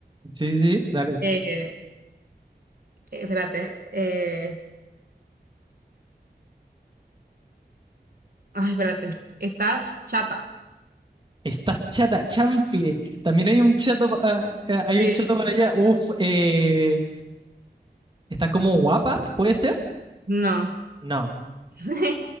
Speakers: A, on the right; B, on the right.
A: Sí, sí, sí, dale.
B: eh, eh, espérate, eh, ay, espérate, ¿estás chata?
A: Estás chata, chanfle. También hay un chato, pa- ah, ah, hay
B: Sí,
A: un chato para allá. Uf, eh, ¿estás como guapa? ¿Puede ser?
B: no.
A: No.
B: <laughs>